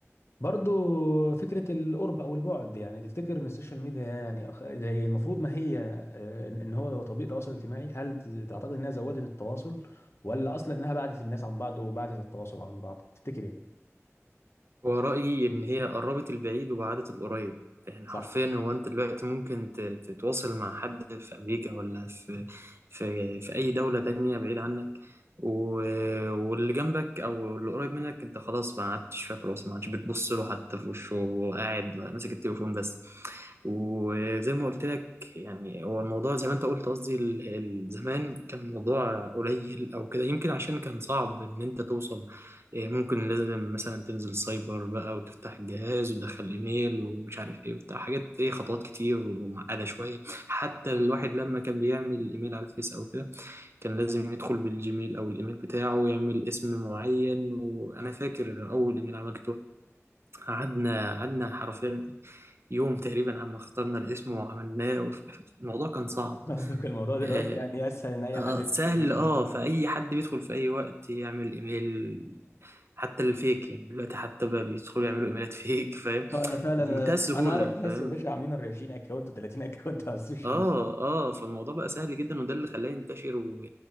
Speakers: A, on the left; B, on the right.
A: برضو فكرة القرب أو البعد يعني تفتكر إن السوشيال ميديا يعني أخ- هي المفروض ما هي آه، إن إن هو لو تطبيق تواصل اجتماعي هل ت- تعتقد إنها زودت التواصل ولا أصلا إنها بعدت الناس عن بعض وبعدت التواصل عن بعض تفتكر إيه؟
B: هو رأيي إن هي قربت البعيد وبعدت القريب يعني
A: صح
B: حرفيا هو أنت دلوقتي ممكن ت- تتواصل مع حد في أمريكا ولا في في في أي دولة تانية بعيد عنك و- واللي جنبك أو اللي قريب منك أنت خلاص ما عدتش فاكره أصلا ما عدتش بتبص له حتى في وشه وقاعد ماسك التليفون بس وزي ما قلت لك يعني هو الموضوع زي ما أنت قلت قصدي ال- ال- زمان كان الموضوع قليل أو كده يمكن عشان كان صعب إن أنت توصل إيه، ممكن لازم مثلا تنزل سايبر بقى وتفتح الجهاز وتدخل ايميل ومش عارف ايه وبتاع حاجات ايه خطوات كتير ومعقده شويه حتى الواحد لما كان بيعمل ايميل على الفيس او كده كان لازم يدخل بالجيميل او الايميل بتاعه ويعمل اسم معين وانا فاكر اول ايميل عملته قعدنا قعدنا حرفيا يوم تقريبا عم اخترنا الاسم وعملناه الموضوع كان صعب
A: <laughs> قصدك الموضوع دلوقتي
B: آه،
A: يعني أسهل إن أي
B: اه
A: حد يدخل
B: سهل
A: يعمل
B: اه
A: أكونت
B: فأي حد بيدخل في أي وقت يعمل إيميل حتى الفيك يعني دلوقتي حتى بقى بيدخلوا يعملوا إيميلات <laughs> فيك فاهم
A: <laughs> فعلا
B: بمنتهى
A: أنا
B: السهولة
A: أنا أعرف
B: فاهم
A: ناس يا باشا عاملين 40 أكونت و30 أكونت على السوشيال
B: اه اه فالموضوع بقى سهل جدا وده اللي خلاه ينتشر و...